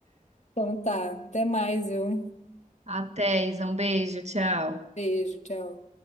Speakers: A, on the left; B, on the right.
A: Então tá, até mais, viu?
B: Até, Isa, um beijo, tchau.
A: Beijo, tchau.